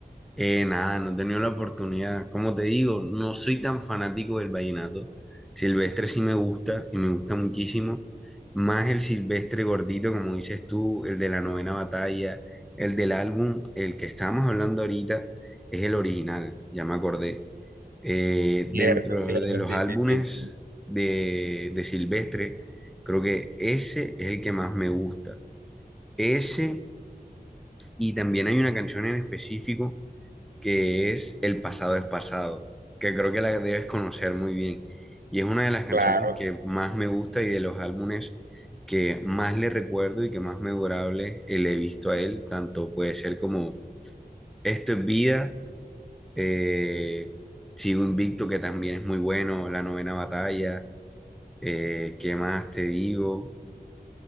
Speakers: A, in the centre; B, on the right (about 65°).
A: Eh, nada, no he tenido la oportunidad. Como te digo, no soy tan fanático del vallenato. Silvestre sí me gusta y me gusta muchísimo. Más el Silvestre gordito, como dices tú, el de la novena batalla, el del álbum, el que estábamos hablando ahorita, es el original, ya me acordé Eh,
B: Cierto,
A: dentro
B: cierto,
A: de los
B: sí,
A: álbumes
B: sí, sí. sí.
A: de, de Silvestre, creo que ese es el que más me gusta. Ese, y también hay una canción en específico que es El pasado es pasado, que creo que la debes conocer muy bien. Y es una de las canciones
B: Claro,
A: que más me gusta y de los álbumes que más le recuerdo y que más memorable eh, le he visto a él, tanto puede ser como Esto es vida eh, sigo invicto, que también es muy bueno, La Novena Batalla. Eh, ¿qué más te digo?